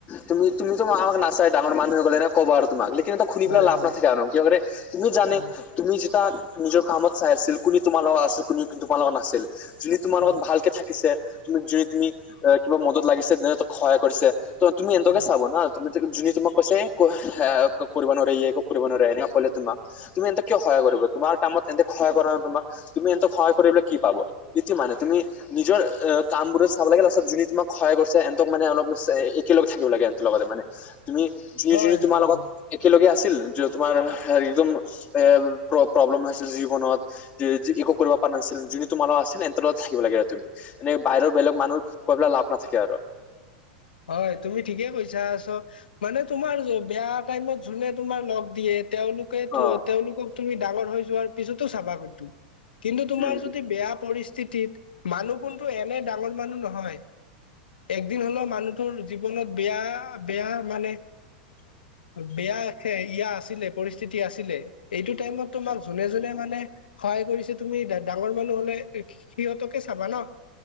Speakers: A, on the left; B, on the left.
A: তুমি তুমি তো আমাকা নাচাই ডাঙৰ মানুহ 'হয় গলা এনেকা কব আৰু তোমাক। সিহঁতৰ শুনি
B: হয়,
A: পেলাই লাভ
B: হয়,
A: নাথাকে আৰু কিয় কৰে তুমি জানে
B: হয়,
A: তুমি যেতিয়া। নিজৰ কামত চাই আছিল কোনে তোমাৰ লগত আছিল কোনে তোমাৰ লগত নাছিল যোনে তোমাৰ
B: হয়,
A: লগত ভালকে থাকিছে। তুমি জোনে তোনে তুমি কিবা মদত লাগিছে জোনে সহায় কৰিছে ত তুমি সিহঁতকে
B: হয়।
A: চাবা না তুমি। যোনে তোমাক কৈছে ক ক কৰিব নোৱাৰিে ই কৰিব নোৱাৰে এনে কলে তোমাক তুমি সিহঁতক কিয় সহায় কৰিব। তোমাৰ কামত এন্তে সহয় কৰা নাই তোমাক তুমি এন্তে সহায় কৰিবলে কি পাব এইটো মানে তুমি নিজৰ। <unintelligible> কামবোৰত চাব লাগে তাৰপাছত যোনে তোমাক কহয় কৰিছে ইহঁতৰ মানে অলপ একেলগে থাক লাগে ইহঁতৰ লগতে মানে। <unintelligible> তুমি যোনে
B: হয়,
A: যোনে তোমাৰ
B: হয়,
A: লগত একেলগে আছিল যে তোমাৰ একদম এ প্ৰ। প্ৰব্লেম হৈছিল জীৱনত একো কৰিব পৰা নাছিল যোন তোমাৰ লগত আছিলে ইহঁতৰ লগত থাকিব লাগে আৰু তুমি। বাহিৰৰ বেলেগ মানুহ কৈ পেলাই লাভ নাথাকে আৰু।
B: হয় তুমি ঠিকে কৈছা আছ মানে তোমাৰ য বেয়া। টাইমত যোনে তোমাৰ লগ দিয়ে তেওঁলোকে
A: অ
B: তেওঁলোকক- তুমি ডাঙৰ হৈ যোৱাৰ পিছতো চাবা স কিন্তু তোমাৰ
A: উম
B: যদি বেয়া পৰি। টিতিত মানুহ কোনটো এনে ডাঙৰ মানুহ নহয় একদিন হলেও মানুহ জীৱনত বেয়া বেয়া মানে বেয়া। আছিলে পৰিস্থিতি আছিলে এইটো তায়মত তোমাক জোনে জোনে মানে সহায় কৰিছে তুমি ডাঙৰ মানুহ হ'লে- সিহঁতকে চাবা ন